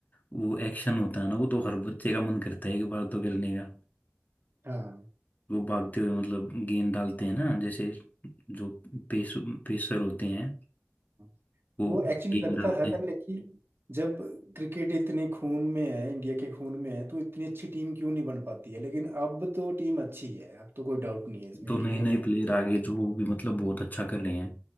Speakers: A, on the left (about 40°); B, on the right (about 55°).
A: वो एक्शन होता है ना वो तो हर बच्चे का मन करता है एक बार तो करने का
B: हाँ
A: वो भागते हुए मतलब गेंद डालते हैं ना जैसे जो पेस पेसर होते हैं
B: हाँ।
A: वो
B: वो एक्चुअली
A: गेंद
B: लगता
A: डालते
B: था पहले कि जब क्रिकेट इतने खून में है इंडिया के खून में है तो इतनी अच्छी टीम क्यों नहीं बन पाती है लेकिन अब तो टीम अच्छी है अब तो कोई डाउट नहीं है इसमें
A: हैं तो नए
B: कि अब
A: नए प्लेयर आगे जो भी मतलब बहुत अच्छा कर रहे हैं